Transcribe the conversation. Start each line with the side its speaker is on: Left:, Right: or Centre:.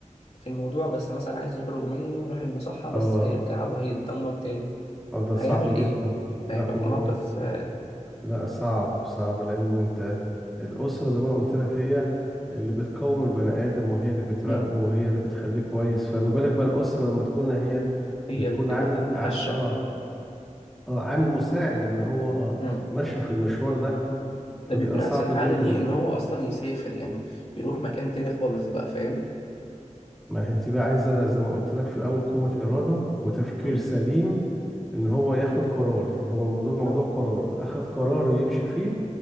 Left: في الموضوع بس مثلا عايز يخرج منه وراح المصحة بس
Centre: اه
Left: هيرجع وهيتدمر تاني
Centre: آه، ده
Left: هيعمل
Centre: صعب جدا
Left: ايه؟ هيبقى
Centre: لا
Left: في
Centre: هو
Left: موقف
Centre: مل...
Left: آه،
Centre: لا صعب صعب لأن أنت الأسرة زي ما أنا قلت لك هي اللي بتقوم البني آدم وهي اللي بتراقبه
Left: امم
Centre: وهي اللي بتخليه كويس فما بالك بقى الأسرة لما تكون هي
Left: هي
Centre: بتكون
Left: اللي كده
Centre: عامل
Left: الهشة
Centre: ع- اه اه عامل مساعد إن هو
Left: مم.
Centre: ماشي في المشوار ده
Left: ده
Centre: فبيبقى
Left: بيكون احسن
Centre: صعب
Left: حل
Centre: جدا
Left: ليه
Centre: يعني.
Left: ان هو اصلا يسافر يعني يروح مكان تاني خالص بقى فاهم
Centre: ما هي دي بقى عايزة زي ما قلت لك في الأول قوة إرادة وتفكير
Left: مم.
Centre: سليم إن هو ياخد قرار يعني هو الموضوع موضوع
Left: اه
Centre: قرار أخد قرار يمشي فيه